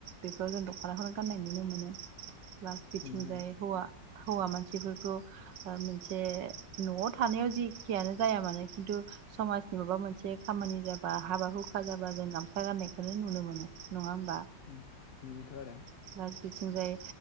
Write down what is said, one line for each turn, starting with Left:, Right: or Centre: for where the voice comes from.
Right: बेफोराव जों दख'नाखौनो गाननाय नुनो मोनो। लास बिथिंजाय
Left: मोनो
Right: हौवा हौवा मानसिफोरखौ ओ मोनसे न'आव थानायाव जेखियानो जाया मानो खिन्थु समाजनि माबा मोनसे खामानि जाबा हाबा हुखा जाबा जों गामसा गाननायखौनो नुनो मोनो नङा हो
Left: उम नुयो थ' आरो
Right: प्लास बिथिंजाय